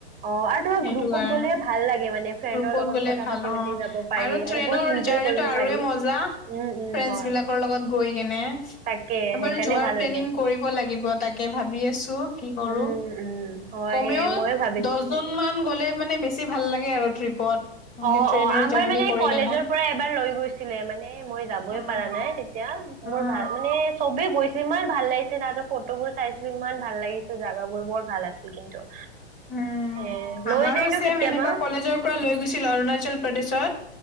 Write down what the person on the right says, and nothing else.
অ', আৰু তোমাৰ
গ্ৰুপত
গ'লে ভাল লাগে মানে ফ্ৰেণ্ডৰ
লগত
কথা
পাতি
পাতি যাব পাৰি
বহুত ইনজয়
কৰিব
পাৰি।
উম, উম,
হয়।
তাকে
সেইকাৰণে
ভাল
লাগে।
উম, উম, হয়,
সেই ময়ো ভাবিছোঁ।
অ',
অ', আমাৰ
মানে
কলেজৰ
পৰা এবাৰ লৈ গৈছিলে, মানে মই যাবই
পাৰা নাই তেতিয়া। আ বৰ
ভাল মানে চবেই গৈছিল, ইমান ভাল লাগিছিল তাহাঁতৰ ফটোবোৰ চাইছিলোঁ ইমান ভাল লাগিছিল জাগাবোৰ, বৰ ভাল আছিল কিন্তু।
এ লৈ
যায় ন
কেতিয়াবা